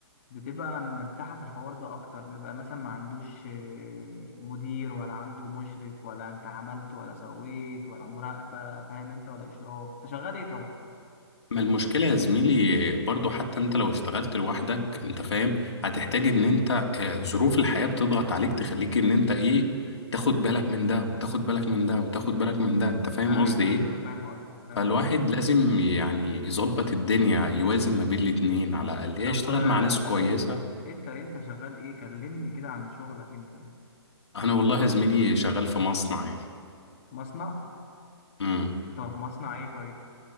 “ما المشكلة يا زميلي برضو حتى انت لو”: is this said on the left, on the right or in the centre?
Left